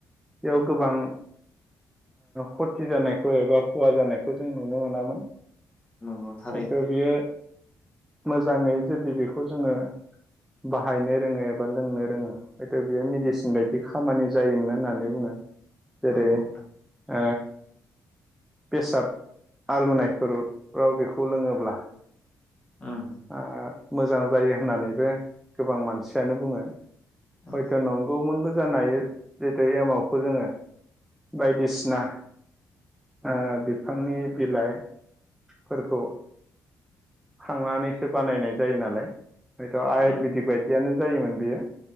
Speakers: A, in the centre; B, on the left (about 20°).
A: बेयाव गोबां खथि जानायखौ एबा खहा जानायखौ जों नुनो मोनामोन
B: नंगौ थारैनो
A: हयथ' बियो मोजाङै जुदि बेखौ जोङो बाहायनो रोङो एबा लोंनो रोङो हयथ' बियो मेडिसिन बायदि खामानि जायोमोन होननानै बुङो जेरै
B: नंगौ
A: ओ बेसाद आलौनायफोराव बेखौ लोङोब्ला
B: उम
A: ओ‌मोजां जायो होननानैबो गोबां मानसियानो बुङो
B: उम
A: हयथ' नंगौमोनबो जानो हायो जिहेथु एमावखौ जोङो बायदिसिना ओ बिफांनि बिलाइ फोरखौ खांनानैसो बानायनाय जायो नालाय हयथ' आयुरवेदिक
B: उम
A: बायदियानो जायोमोन बियो